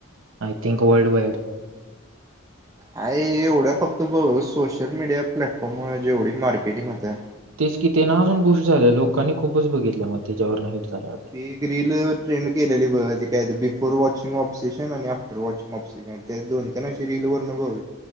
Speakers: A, on the right; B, on the right.
A: I think world wide <inaudible>
B: I एवढ्या फक्त बघ सोशल मीडिया प्लॅटफॉर्ममुळे जेवढी मार्केटिंगमध्ये.
A: तेचं की ते ना अजून बुष्ट झालेलं लोकांनी खूपच बघितलं मग त्याच्यावरं हिट झाल्यावर.
B: ती एक रील ट्रेंड केलेली त काय बिफोर वॉचिंग ऑफ सेशन आणि आफ्टर वॉचिंग ऑफ सेशन. तेच दोन तन अशी रील वर्ण बघ.